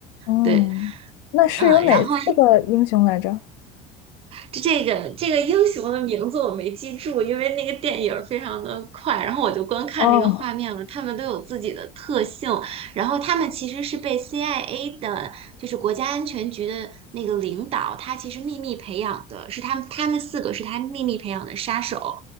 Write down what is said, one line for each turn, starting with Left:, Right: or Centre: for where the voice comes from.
Left: 嗯，
Right: 对，
Left: 那是有哪四个英雄来着？
Right: 嗯，然后。这个这个英雄的名字我没记住，因为那个电影儿非常的快，然后我就光看那个画面了。
Left: 哦，
Right: 他们都有自己的特性，然后他们其实是被 CIA 的，就是国家安全局的那个领导，他其实秘密培养的，是他们他们四个是他秘密培养的杀手，